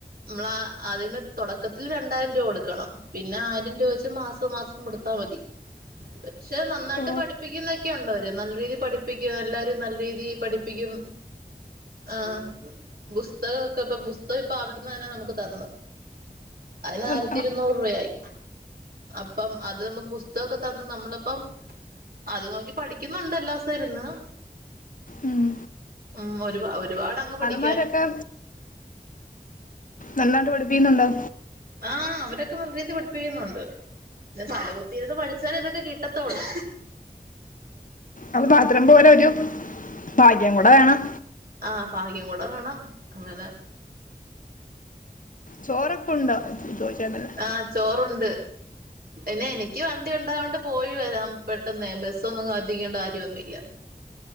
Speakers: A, on the right; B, on the left.
A: മ്മള ആദ്യമ തൊടക്കത്തിൽ രണ്ടായിരം രൂപ കൊടുക്കണം പിന്നെ ആയിരം രൂപ വെച്ച് മാസം മാസം കൊടുത്താ മതി പക്ഷെ നന്നായിട്ട്
B: ഓ,
A: പഠിപ്പിക്കുന്നൊക്കെയ ഉണ്ട് അവര് നല്ല രീതി പഠിപ്പിക്കും എല്ലാരും നല്ല രീതി പഠിപ്പിക്കും ആ പുസ്തകൊക്കെ ഇപ്പൊ പുസ്തകം ഇപ്പൊ അവിടെന്ന് തന്നെ നമുക്ക് തന്ന് അയിനായിരത്തി
B: അ- ആ,
A: ഇരുന്നൂറ് രൂപ ആയി അപ്പം അത് മ്മക്ക് പുസ്തകൊക്കെ തന്ന് നമ്മളിപ്പം അത് നോക്കി പഠിക്കുന്നുണ്ടല്ലാസൊഇരുന്ന്
B: ഉം.
A: ഉം ഒരു ഒരുപാട് അങ്ങ് പഠി
B: മാരൊക്കെ നല്ലാണ്ട് പഠിപ്പിക്കുന്നുണ്ടോ
A: ആ അവരൊക്കെ നല്ല രീതി പഠിപ്പിക്കുന്നുണ്ട് തലകുത്തിയിരുന്ന് പഠിച്ചാലേ ഇതൊക്കെ കിട്ടത്തോള്ളൂ
B: അത് മാത്രം പോലെ ഒരു ഭാഗ്യം കൂടെ വേണം
A: ആ ഫാഗ്യം കൂടെ വേണം അങ്ങനെ
B: ചോറൊക്കെ ഉണ്ടോ ചോദിച്ചായിരുന്നല്ലോ
A: ആ ചോറുണ്ട്. പിന്നെ എനിക്ക് വണ്ടി ഉണ്ടാവോണ്ട് പോയി വരാം പെട്ടെന്നെ ബസ്സൊന്നും കാത്തിരിക്കേണ്ട കാര്യമൊന്നുമില്ല